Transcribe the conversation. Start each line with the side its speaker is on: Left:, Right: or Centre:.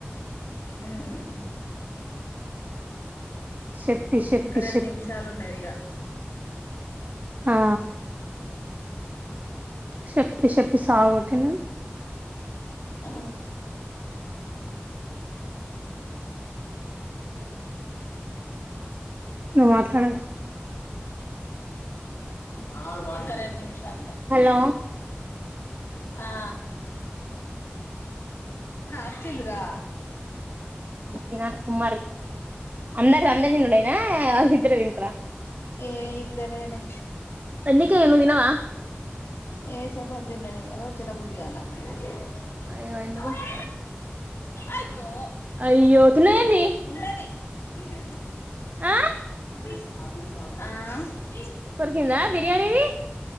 Left: ఉహ్ హు
Right: శేప్పి శేప్పి
Left: ఇంకా రెండు
Right: శేప్
Left: నిమిషాలు ఉన్నది ఇక
Right: ఆ సేప్ ప్పిసేప్పి సావగొట్టిన
Left: అదేంటి ఆ
Right: నువ్వు మాట్లాడవే
Left: ఆ ఆ ఇంకా రెండు నిమిషాలు ఉన్నద్
Right: ఆ
Left: ఆ అచ్చింద్రా
Right: కినాక్ కుమార్రి. అందరూ అందరూ తినుడేనా వాళ్ళిద్దరే తింట్రా?
Left: ఏవే ఇద్దరేనే
Right: ఎందుకే నువ్వు
Left: వా
Right: తినవా
Left: ఏ చేపాదిన్న నేన్ అవ్ తిన బుద్దిగాద్ నాక్ ఏ
Right: అయ్యో ఎందుకు
Left: చూడే అయ్యో
Right: అయ్యో తిన్నవేంది
Left: ఉన్నది పీట తీసెయ్
Right: ఆ
Left: ఆ
Right: కొరికిందా బిర్యానీ ది